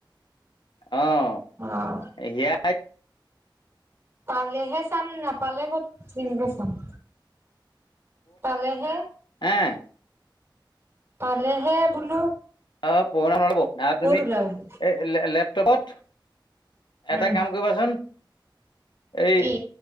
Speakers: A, on the left; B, on the right.
A: আহ।
B: অ'।
A: সেয়া
B: পালেহে চাম নাপালে ক'ত ফিল্ম বোৰ চাম। পালেহে।
A: হে
B: পালেহে বোলো
A: অ', পুৰণা নল'ব তুমি
B: ক'ত ওলাব
A: এই লেপটপত
B: উম
A: এটা কাম কৰিবাচোন। এই
B: কি